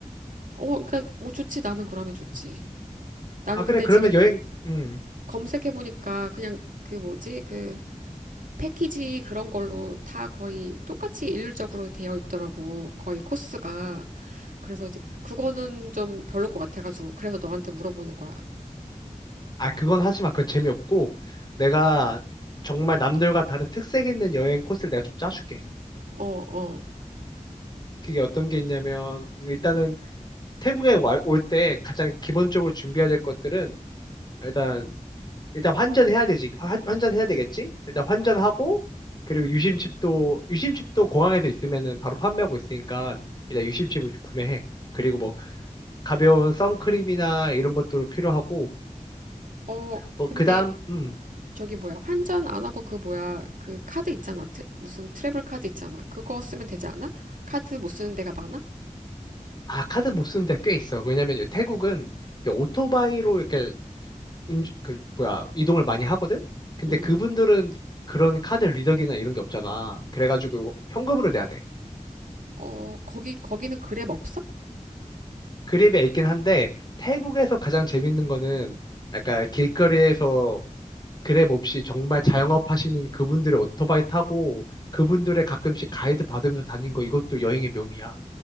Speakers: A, on the right; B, on the left.
A: 어 그러니까 뭐 좋지 나는 그러면 좋지 나는
B: 아, 그래.
A: 근데
B: 그러면
A: 지금
B: 여행, 음.
A: 검색해 보니까 그냥 그 뭐지 그 패키지 그런 걸로 다 거의 똑같이 일률적으로 되어 있더라고 거의 코스가 그래서 이제 그거는 좀 별로 것 같아가지고 그래서 너한테 물어보는 거야.
B: 아, 그건 하지 마. 그건 재미없고. 내가 정말 남들과 다른 특색 있는 여행 코스를 내가 좀 짜줄게.
A: 어, 어,
B: 그게 어떤 게 있냐면, 일단은, 태국에 올 때 가장 기본적으로 준비해야 될 것들은 일단 일단 환전해야 되지. 환, 환전해야 되겠지? 일단 환전하고 그리고 유심칩도 유심칩도 공항에서 있으면은 바로 판매하고 있으니까 일단 유심칩을 구매해. 그리고 뭐 가벼운 선크림이나 이런 것도 필요하고
A: 어.
B: 뭐
A: 근데
B: 그다음 음.
A: 저기 뭐야 환전 안 하고 그 뭐야 그 카드 있잖아 트- 무슨 트래블 카드 있잖아 그거 쓰면 되지 않아? 카드 못 쓰는 데가 많아?
B: 아, 카드 못 쓰는 데 꽤 있어. 왜냐면 태국은 이게 오토바이로 이렇게 운주, 그, 뭐야, 이동을 많이 하거든? 근데
A: 응.
B: 그분들은 그런 카드 리더기나 이런 게 없잖아. 그래가지고 현금으로 내야 돼.
A: 어 거기 거기는 그랩 없어?
B: 그랩이 있긴 한데, 태국에서 가장 재밌는 거는 약간 길거리에서 그랩 없이 정말 자영업 하시는 그분들의 오토바이 타고 그분들의 가끔씩 가이드 받으면서 다닌 거 이것도 여행의 묘미야.